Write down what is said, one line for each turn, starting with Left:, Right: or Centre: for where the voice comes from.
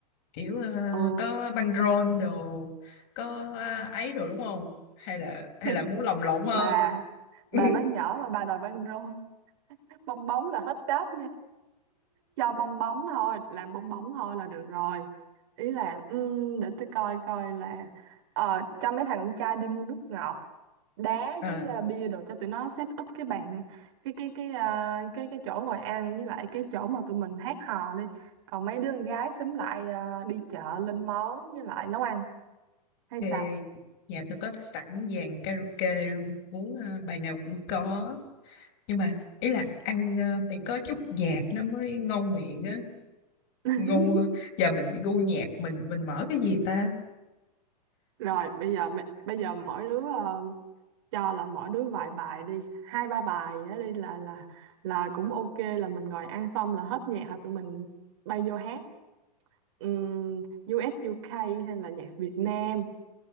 Left: kiểu ờ,
Right: Ừ,
Left: có băng rôn đồ có ờ, ấy đồ đúng không hay là
Right: <laughs>
Left: hay
Right: mày,
Left: là muốn lồng lộn hơn
Right: bà
Left: <laughs>
Right: bà nói nhỏ mà bà đòi băng rôn, bong bóng là hết đáp cho bong bóng thôi làm bong bóng thôi là được rồi ý là ừm, để tôi coi coi là ờ, cho mấy thằng con trai đi mua nước ngọt đá
Left: Ờ,
Right: với ờ, bia đồ cho tụi nó set up cái bàn cái cái cái ờ, cái cái chỗ ngồi ăn với lại cái chỗ mà tụi mình hát hò đi còn mấy đứa con gái xúm lại ờ, đi chợ lên món với lại nấu ăn hay
Left: Ok,
Right: sao
Left: nhà tôi có sẵn dàn karaoke luôn, muốn ờ, bài nào cũng có. Nhưng mà ý là ăn ờ, phải có chút nhạc nó mới ngon miệng á.
Right: <laughs>
Left: Gu giờ mình bị gu nhạc mình mình mở cái gì ta?
Right: rồi bây giờ mấy- bây giờ mỗi đứa ờ, cho là mỗi đứa vài bài đi hai ba bài á đi là là là cũng ok là mình ngồi ăn xong là hết nhạc hoặc tụi mình bay vô hát um, US UK hay là nhạc Việt Nam